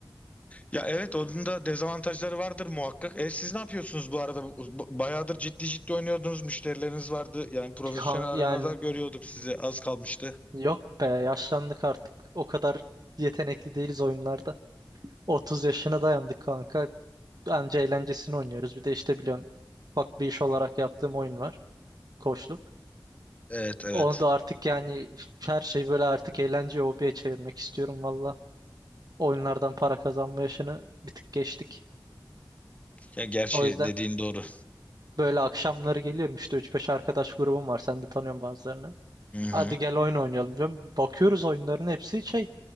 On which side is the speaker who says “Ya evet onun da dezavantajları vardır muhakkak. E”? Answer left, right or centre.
Left